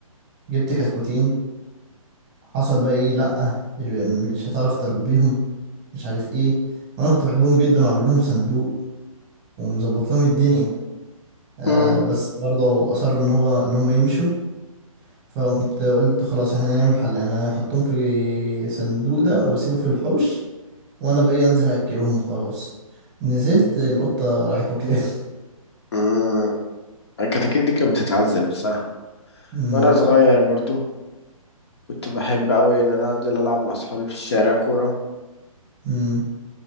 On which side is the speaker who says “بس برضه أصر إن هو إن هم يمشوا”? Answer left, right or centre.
Right